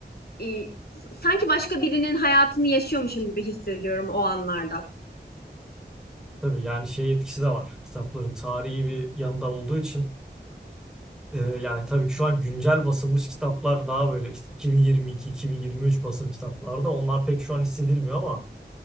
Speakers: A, on the left (about 60°); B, in the centre.
A: e, sanki başka birinin hayatını yaşıyormuşum gibi hissediyorum o anlarda.
B: Tabii yani şey etkisi de var. Kitapların tarihi bir yanında olduğu için e, yani tabii ki şu an güncel basılmış kitaplar daha böyle işte 2022, 2023 basım kitaplarda onlar pek şu an hissedilmiyor ama